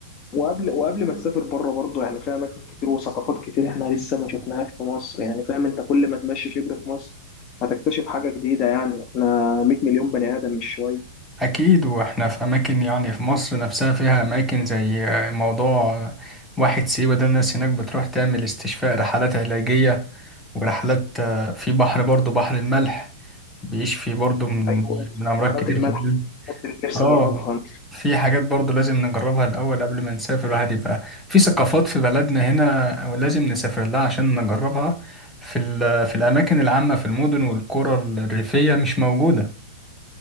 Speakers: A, on the left; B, in the centre.
A: وقبل وقبل ما تسافر بره برضه يعني في اماكن كتير وثقافات كتير احنا لسه ما شفناهاش في مصر يعني فاهم انت كل ما تمشي شبر في مصر هتكتشف حاجه جديده يعني احنا 100 مليون بني ادم مش شويه
B: أكيد وإحنا في أماكن يعني في مصر نفسها فيها أماكن زي موضوع واحد سيوة ده الناس هناك بتروح تعمل استشفاء رحلات علاجية ورحلات آه، في بحر برضو بحر الملح بيشفي برضو من
A: ايوه البحيرات
B: من أمراض كتير
A: المالحه
B: في الجلد
A: دي اللي نفسي
B: آه
A: اجربها
B: في حاجات برضو لازم نجربها الأول قبل ما نسافر الواحد يبقى في ثقافات في بلدنا هنا ولازم نسافر لها عشان نجربها في ال- في الأماكن العامة في المدن والقرى الريفية مش موجودة